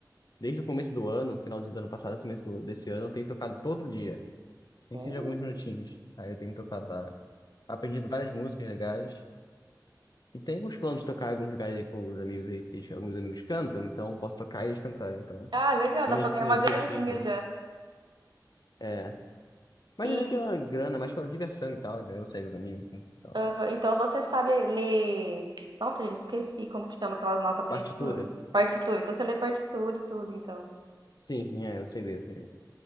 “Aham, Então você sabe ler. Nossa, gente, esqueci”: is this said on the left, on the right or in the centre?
Right